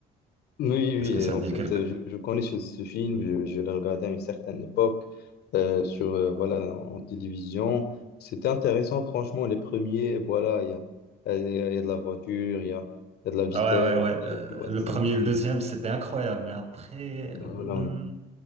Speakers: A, on the left (about 75°); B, on the right (about 40°).
A: Oui, oui,
B: Est-ce que ça
A: euh,
B: te
A: en
B: dit
A: fait,
B: quelque
A: euh, je, je connais ce, ce film, je, je l'ai regardé à une certaine époque euh, sur, euh, voilà, en télévision. C'était intéressant, franchement, les premiers, voilà, il y a, il y a- il y a de la voiture, il y a, il y a de la vitesse,
B: Ah ouais, ouais, ouais. Euh,
A: euh, tu vois,
B: le
A: c'est,
B: premier
A: c'est-
B: et le deuxième, c'était incroyable. Mais après,
A: voilà,
B: hmm,
A: oui.